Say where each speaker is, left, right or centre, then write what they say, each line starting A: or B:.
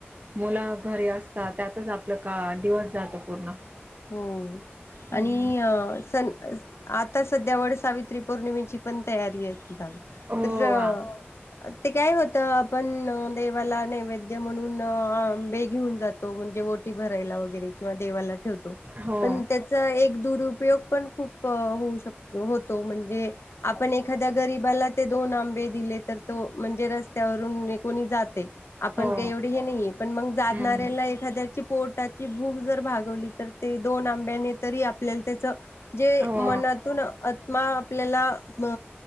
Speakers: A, on the right; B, on the left.
A: मुल घरी असतात त्यातच आपल का दिवस जातो पूर्ण
B: हो
A: हम्म.
B: आणि अ सन आता सध्या वड सावित्री पौर्णिमेची पण तयारी ये आता
A: हो
B: तर
A: आ.
B: ते काय होत आपण देवाला नैवेद्य म्हणून आंबे घेऊन जातो तो म्हणजे ओटी भरायला वगैरे किंवा देवाला ठेवतो
A: हो
B: पण त्या त्याचा एक दुरुपयोग पण खूप होऊ शकतो होतो म्हणजे आपण एखाद्या गरीबाला ते दोन आंबे दिले तर तो म्हणजे रस्त्यावरून निघून जातो. आपण
A: हो
B: काही एवढे हे नाहीये पण मग जाणाऱ्याला
A: हम्म.
B: एखाद्याची पोटाची भूक जर भागवली तर ते दोन आंब्याने तरी आपल्याला त्याच जे
A: हो
B: मनातून आत्मा आपल्याला अ